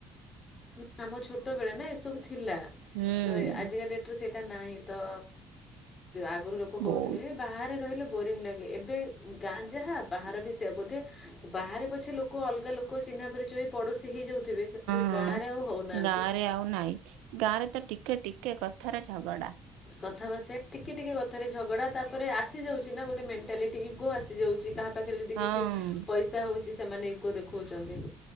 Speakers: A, on the left; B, on the right.
A: ନା ଆମ ଛୋଟ ବେଳେ ନା ଏସବୁ ଥିଲା
B: ହୁଁ।
A: ତ ଆଜିକା ଡେଟ ସେଟା ନାହିଁ ତ ଆଗରୁ ଲୋକ କହୁଥିଲେ
B: ବହୁତ
A: ବାହାରେ ରହିଲେ ବୋରିଂ ଲାଗେ। ଏବେ ଗାଁ ଯାହା ବାହାର ବି ସେୟା ବୋଧେ। ବାହାରେ ପଛେ ଲୋକ ଅଲଗା ଲୋକ ଚିହ୍ନା ପରିଚୟ ପଡୋଶୀ ହେଇଯାଉଥିବେ କିନ୍ତୁ।
B: ହଁ
A: ଗାଁରେ ଆଉ ହଉନାହାନ୍ତି
B: ଗାଁ ରେ ଆଉ ନାଇଁ ଗାଁ ରେ ତ ଟିକେ ଟିକେ କଥାରେ ଝଗଡା।
A: କଥା ଭାସେ ଟିକେ ଟିକେ କଥାରେ ଝଗଡା ତାପରେ ଆସିଯାଉଛି ନା ଗୋଟେ ମେଣ୍ଟାଲିଟି ଇଗୋ ଆସିଯାଉଛି କାହା ପାଖରେ। ପାଖରେ ଯଦି
B: ହଁ।
A: କିଛି ପଇସା ହେଉଛି ସେମାନେ ଇଗୋ ଦେଖାଉଛନ୍ତି।